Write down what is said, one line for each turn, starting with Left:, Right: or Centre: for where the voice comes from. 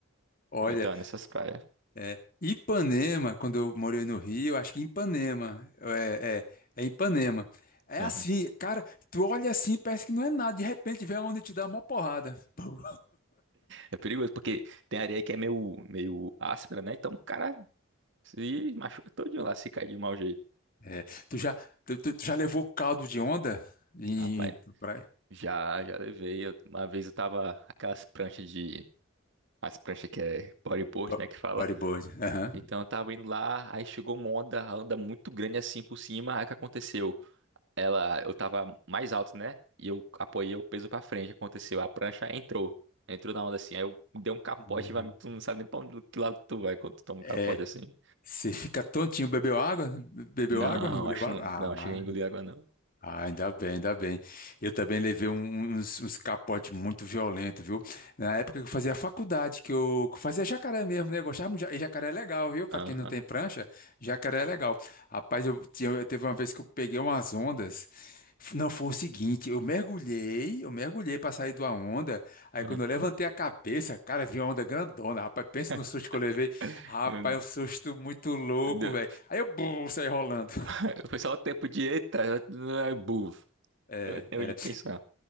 Left: Olha.
Right: Então, é nessas praias.
Left: É, Ipanema, quando eu morei no Rio, acho que Ipanema, é, é, é Ipanema. É
Right: Aham.
Left: assim, cara, tu olha assim, e parece que não é nada, de repente vem a onda e te dá uma porrada. <laughs> Pô.
Right: É perigoso, porque tem areia que é meio, meio áspera, né? Então o cara se machuca todinho lá se cair de mau jeito.
Left: É, tu já, tu, tu- tu já levou caldo de onda em,
Right: rapaz.
Left: em praia?
Right: Já, já levei. Eu- uma vez eu tava aquelas pranchas de. As pranchas que é bodyboard,
Left: Bo-
Right: né? Que fala.
Left: bodyboard, aham.
Right: Então eu tava indo lá, aí chegou uma onda, a onda muito grande assim por cima. Aí o que aconteceu? Ela, eu tava mais alto, né? E eu apoiei o peso pra frente. Aconteceu, a prancha entrou. Entrou na onda assim. Aí eu dei um capote,
Left: Hum.
Right: vai, tu não sabe nem pra onde, que lado tu vai quando tu toma
Left: É,
Right: um capote assim.
Left: você fica tontinho, bebeu água? Bebeu
Right: Não,
Left: água? Engoliu
Right: acho
Left: água?
Right: que não. Não,
Left: Ah,
Right: cheguei a engolir água, não.
Left: Ah, ainda bem, ainda bem. Eu também levei um- uns, uns capotes muito violentos, viu? Na época que eu fazia faculdade, que eu, que eu fazia jacaré mesmo, né? Eu gostava de ja- e jacaré é legal, viu? Pra
Right: Aham.
Left: quem não tem prancha, jacaré é legal. Rapaz, eu tinha, eu- teve uma vez que eu peguei umas ondas. F- Não, foi o seguinte, eu mergulhei, eu mergulhei pra sair de uma onda. Aí
Right: aham.
Left: quando eu levantei a cabeça, cara, vi uma onda grandona. Rapaz, pensa
Right: <laughs>
Left: no susto que eu levei. Rapaz,
Right: Não-
Left: um susto muito louco,
Right: deu-
Left: velho. Aí eu bum, saí rolando.
Right: <laughs> Foi só o tempo de eita, buf.
Left: É.
Right: Deu tempo
Left: é.
Right: de pensar.